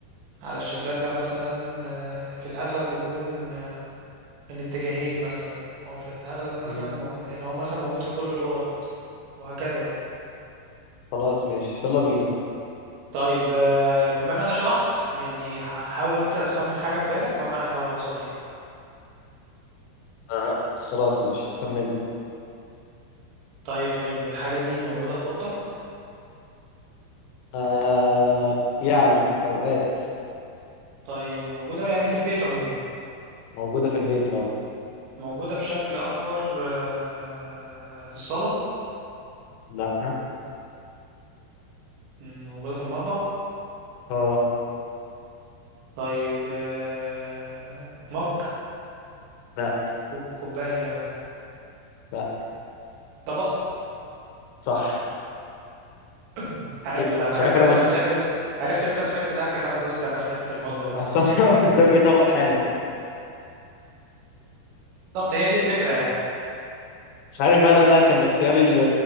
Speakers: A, on the right (about 75°); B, on the left (about 80°).
A: على الشباك ده مثلا آه، في الأغلب بيكون آه، من اتجاهين مثلا أو في الأغلب
B: مم،
A: مثلا موجود يعني هو مثلا موجود في كل الأوض وهكذا يعني
B: خلاص ماشي يلا بينا
A: طيب آه، بما ان انا شرحت يعني ح- حاول انت تخمن حاجة في بالك وانا هحاول اوصل ليها
B: أه خلاص ماشي خمن
A: طيب يا نجم الحاجة دي موجودة في أوضتك
B: أه يعني اوقات
A: طيب موجودة يعني في البيت عموما
B: موجوده في البيت اه
A: موجودة بشكل أكبر آه، في الصالة
B: لا
A: مم، موجودة في المطبخ
B: اه
A: طيب آه، مج
B: لا
A: كوب- كوباية يعني
B: لا
A: طبق
B: صح
A: <clears throat> <coughs> حلو
B: إيه؟
A: ده أنا
B: مش
A: عرفت
B: عارف انا
A: إن أنت
B: بخ...
A: بتحب ال... عرفت إن أنت بتحب الأكل فأنا دوست أنا في حتة المطبخ دي
B: اصلا <laughs> قدامي طبق حالا
A: بالظبط هي دي الفكرة يعني
B: مش عارف هل انا كان اختياري اللي